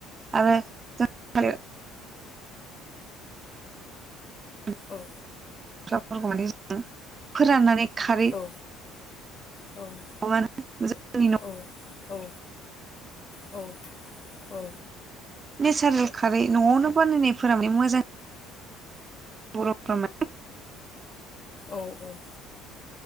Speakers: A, on the right; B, on the left.
A: आरो <unintelligible>
B: औ।
A: फोरखौ माने जों फोराननानै खारै
B: औ औ।
A: <unintelligible> जोंनि न'
B: औ औ औ औ।
A: नेचारेल खारै न'आवनो बानायनायफोरा माने मोजां <unintelligible>
B: औ औ।